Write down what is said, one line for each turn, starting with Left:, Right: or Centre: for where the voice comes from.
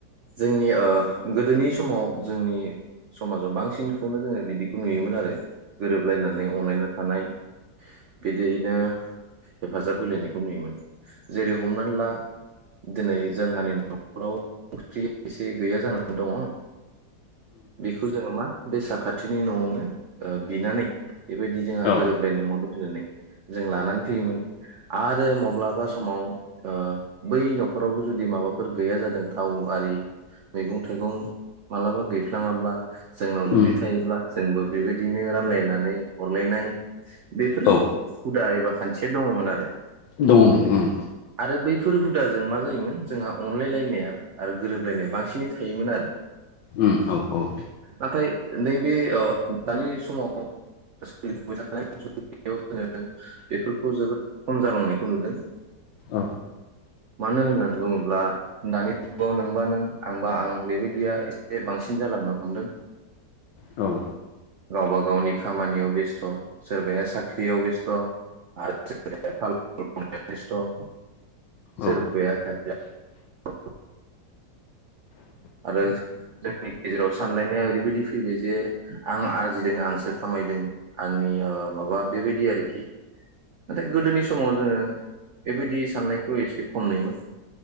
Right: जोंनि ओ गोदोनि समाव जोंनि समाजाव बांसिनखौनो जोङो बिदिखौ नुयोमोन आरो गोरोबलायनानै अनलायना थानाय बिदिनो हेफाजाब होलायनायखौ नुयोमोन। जेरै हमनानै ला दिनै जोंहानि न'खराव ओंख्रि एसे गैया जानानै दङ बेखौ जोङो मा बे साखाथिनि न'आवनो ओ बिनानै बेबायदि जोंहा
Left: औ
Right: गोरोबलायनाय
Left: उम औ
Right: मदद बिनानै जों लानानै फैयोमोन आरो मब्लाबा समाव ओ बै न'खरावबो जुदि माबाफोर गैया जादों थाव आरि मैगं थाइगं मालाबा गैफ्लाङाब्ला जोंनाव जुदि
Left: उम
Right: थायोब्ला जोंबो बेबायदिनो रानलायनानै हरलायनाय बेफोरो
Left: औ
Right: हुदा एबा खान्थिया दङमोन आरो,
Left: दङमोन उम
Right: आरो बै फोर हुदाजों मा जायोमोन जोंहा अनलायलायनाया आरो गोरोबलायनाया बांसिनै थायोमोन आरो।
Left: अम औ औ
Right: नाथाय नैबे दानि समाव सोलिबोबाय थानाय जोंङो बेफोरखौ जोबोद खम जालांनायखौ नुदों।
Left: औ
Right: मानो होननानै बुं ङोब्ला दानि जुगाव नोंबा नों आंबा आं बेबायदिया एसे बांसिन जालांनो हमदों।
Left: औ
Right: गावबा गावनि खामानियाव बेस्थ' सोरबाया साख्रियाव बेस्थ' <unintelligible> <unintelligible>
Left: औ
Right: सोरबाया हाय <unintelligible> आरो जोंनि गेजेराव सानलायनाया ओरैबायदि फैबाय जे आं आरजिदों आंसो खामायदों आंनि माबा बेबायदि आरो खि नाथाय गोदोनि समाव जोंङो बेबायदि साननायखौ एसे खम नुयोमोन।